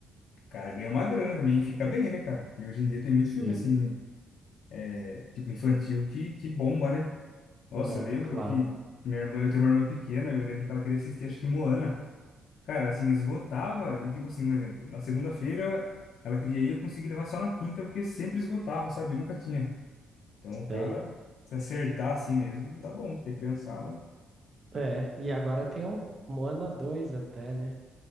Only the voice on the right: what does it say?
Sim.
Não,
claro,
sei.
É, e agora tem o Moana 2 até, né?